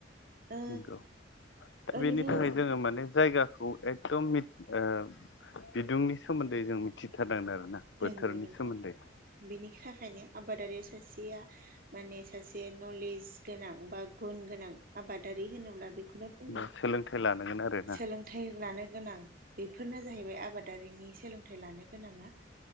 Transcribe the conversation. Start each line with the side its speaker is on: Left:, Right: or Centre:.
Right: ओ
Left: नंगौ दा
Right: ओरैनो
Left: बेनि थाखाय जोङो माने जायगा खौ एखदम मिथ ओ बिदुंनि सोमोन्दै जों मिथिथारनांगोन आरोना। बोथोरनि
Right: नंगौ नंगौ
Left: सोमोन्दै
Right: बेनि थाखायनो आबादारि सासेया माने सासे नलेज गोनां बा गुन गोनां आबादारि होनोब्ला बे बेखौनो बुंगोन
Left: बा सोलोंथाइ लानांगोन आरोना
Right: सोलों थाइ लानो गोनां बेफोरनो जाहैबाय आबादारिनि सोलोंथाइ लानो गोनाङा।